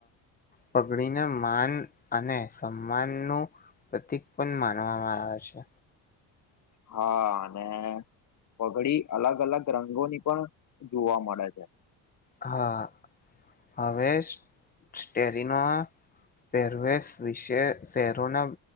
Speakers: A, on the left (about 20°); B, on the left (about 40°).
A: પાઘડીના માન અને સમાનનું પ્રતિક પણ માનવામાં આવે છે.
B: હા અને પાઘડી અલગ અલગ રંગોની પણ જોવા મળે છે.
A: હા હવે સ્ટેરીના પહેરવેશ વિશે શહેરોના